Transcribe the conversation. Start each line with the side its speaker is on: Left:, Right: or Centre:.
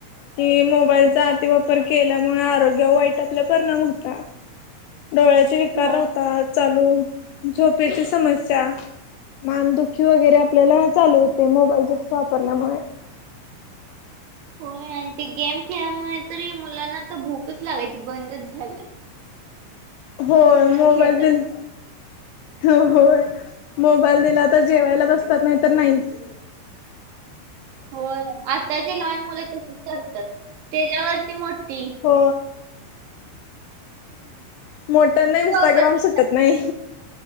Left: कि मोबाईलचा अति वापर केल्यामुळे आरोग्या वाईट आपल्या परिणाम होतात डोळ्याचे विकार
Right: हो.
Left: होहता चालू झोपेची समस्या मानदुखी वगैरे आपल्याला चालू होते मोबाईल जास्त वापरल्यामुळे.
Right: होय आणि ते गेम खेळाल्यामुळे तरी मुलांना आता भूकच लागायची बंदच झालं
Left: हो मोबाईल
Right: खेळतात.
Left: हो होय मोबाईल दिला आता जेवायला बसतात नाही तर नाहीच
Right: होय आताची लहान मुलं तशी करतात त्याच्यावरती मोठी.
Left: हो मोठ्याना
Right: तू
Left: इंस्टाग्राम
Right: वापरतीस
Left: सुटत नाही.